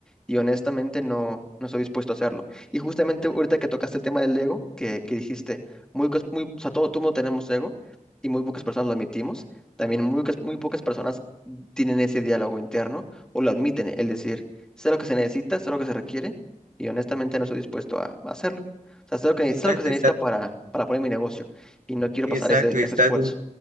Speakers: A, in the centre; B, on the right.
A: y honestamente no, no estoy dispuesto a hacerlo. Y justamente ahorita que tocaste el tema del ego, que, que dijiste, muy, pocas- muy, o sea, todo, todo mundo tenemos ego y muy pocas personas lo admitimos, también muy, pocas- muy pocas personas tienen ese diálogo interno o lo admiten, el decir, sé lo que se necesita, sé lo que se requiere y honestamente no estoy dispuesto a, a hacerlo. O sea, sé lo que,
B: Exacto,
A: sé lo que se necesita para, para poner mi negocio y no quiero
B: exacto,
A: pasar ese,
B: exacto,
A: ese esfuerzo.